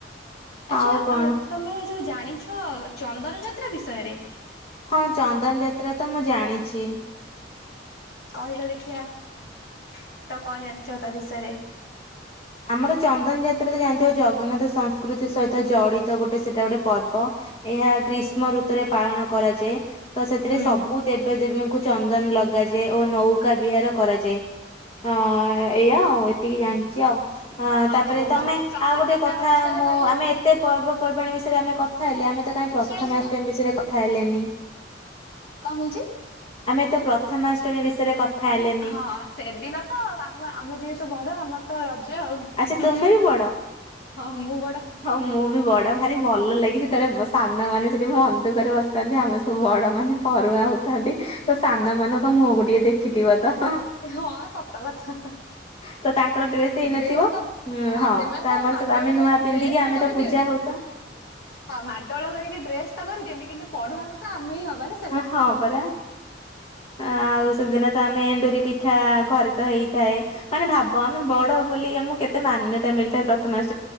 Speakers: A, on the left; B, on the left.
A: ଆଚ୍ଛା
B: ଆଉ କଣ
A: ତମେ ଯୋଉ ଜାଣିଛ ଚନ୍ଦନ ଯାତ୍ରା ବିଷୟରେ?
B: ହଁ ଚନ୍ଦନ ଯାତ୍ରା ତ ମୁଁ ଜାଣିଛି।
A: କହିଲ ଦେଖିଆ ତ କଣ ଜାଣିଛ ତା ବିଷୟରେ?
B: ଆମର ଚନ୍ଦନ ଯାତ୍ରାରେ ଜାଣିଥିବ ଜଗନ୍ନାଥ ସଂସ୍କୃତି ସହିତ ଜଡିତ ଗୋଟେ ସେଟା ଗୋଟେ ପ ଏହା ଗ୍ରୀଷ୍ମ
A: ହୁଁ
B: ଋତୁରେ ପାଳନ କରାଯାଏ, ତ ସେଥିରେ
A: ହୁଁ
B: ସବୁ ଦେବ ଦେବୀଙ୍କୁ ଚ ଚନ୍ଦନ ଲଗାଯାଏ, ଓ ନୌକା ବିହାର କରାଯାଏ। ହଁ ଏଇଆ ଆଉ, ଏତିକି ଜାଣିଛି ଆଉ। ଅ
A: ହଁ
B: ତାପରେ
A: ଦେଖ
B: ତମେ
A: ଚନ୍ଦନ
B: ଆଉ ଗୋଟେ
A: ଯାତ୍ରା
B: କଥା
A: ବିଷୟରେ
B: ମୁଁ
A: କହିଲ
B: ଆମେ ଏତେ ପର୍ବପର୍ବାଣି ବିଷୟରେ ଆମେ କଥା ହେଲେ ଆମେ ତ କାହିଁ ପ୍ରଥମାଷ୍ଟମୀ
A: ଶୁଣ ଶୁଣ
B: ବିଷୟରେ କଥା ହେଲେନି?
A: <unintelligible>
B: ଆମେ ତ ପ୍ରଥମାଷ୍ଟମୀ ବିଷୟରେ କଥା ହେଲେନି।
A: ହଁ ସେଦିନ ତ ଆମ ଆମେ ଯେହେତୁ ବଡ ଆମର ତ ରଜ ସେ ଆଉ
B: ଆଚ୍ଛା ତୁମେ ବି ବଡ?
A: ହଁ ମୁଁ ବଡ
B: ହଁ ମୁଁ ବି ବଡ ଭାରି ଭଲ ଲାଗେ, ସେତେବେଳେ ସାନମାନେ ସେଠିଁ ମନଦୁଃଖ ରେ ବସିଥାନ୍ତି, ଆମେ ବଡ ମାନେ ପରୁଆହା ହଉଥାନ୍ତି ତ ସାନ
A: ଓହୋ
B: ମାନଙ୍କ ମୁହଁକୁ ଟିକେ ଦେଖିଥିବ ତ
A: ହଁ ସତ କଥା।
B: ତ ତାଙ୍କର ହେଇନଥିବ।
A: ଡ୍ରେସ ତ
B: ହୁଁ
A: ହଁ ସେମାନେତ
B: ତ ଆମର
A: ମାଡ
B: ସବୁ
A: ଗୋଳ
B: ଆମେ
A: କରିକା
B: ନୂଆ ପିନ୍ଧିକି
A: ଡ୍ରେସଟା
B: ଆମେ
A: କରିଦିଅନ୍ତି।
B: ତ ପୂଜା
A: କିନ୍ତୁ
B: ହଉ ତ
A: <unintelligible> ହଁ ଆଉ ମାଡ ଗୋଳ କରିକି ଡ୍ରେସ୍ ତ କରିଦିଅନ୍ତି କିନ୍ତୁ ପଢୁ ପଢ଼ୁ <unintelligible> ତ ଆମେ ହିଁ ହବାନା।
B: ହଁ ହଁ ପରା ଆଉ ଦିନ ତ ଆମେ ଏଣ୍ଡୁରି ପିଠା ଘରେ ତ ହେଇଥାଏ। ମାନେ ଭାବ ଆମେ ବଡ ବୋଲି ଆମକୁ କେତେ ମାନ୍ୟତା ମିଳିଥାଏ, ପ୍ରଥମେ <unintelligible>